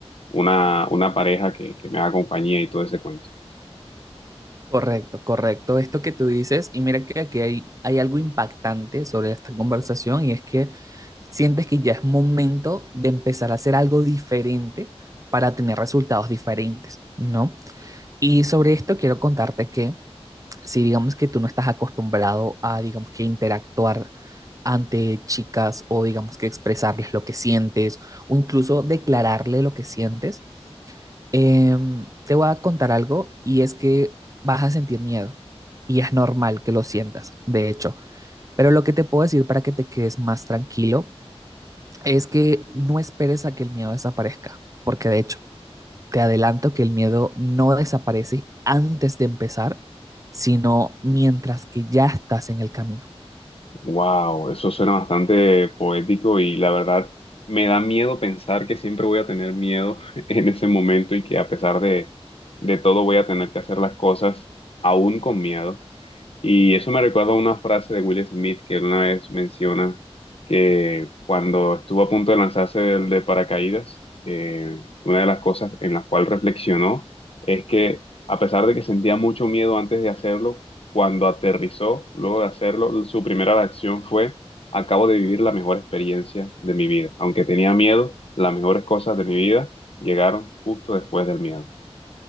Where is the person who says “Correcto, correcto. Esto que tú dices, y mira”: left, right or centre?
Right